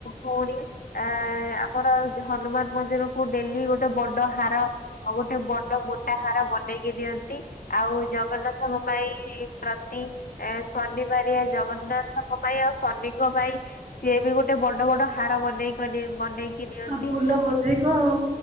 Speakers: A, on the left; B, on the right.
A: ଭଉଣୀ ଆମର ହନୁମାନ୍‌ ମନ୍ଦିର ଡ଼େଲି ଗୋଟେ ବଡ଼ ହାର, ଗୋଟେ ବଡ଼ ମୋଟା ହାର ବନେଇକି ଦିଅନ୍ତି। ଆଉ ଜଗନ୍ନାଥଙ୍କ ପାଇଁ ପ୍ରତି ଶନି ବାରିଆ ଜଗନ୍ନାଥଙ୍କ ପାଇଁ, ଆଉ ଶନିଙ୍କ ପାଇଁ ସିଏ ବି ଗୁଟେ ବଡ଼ ବଡ଼ ହାର ବନେଇ ନିଅନ୍ତି
B: ଫୁଲ ଅଧିକ ଆଉ।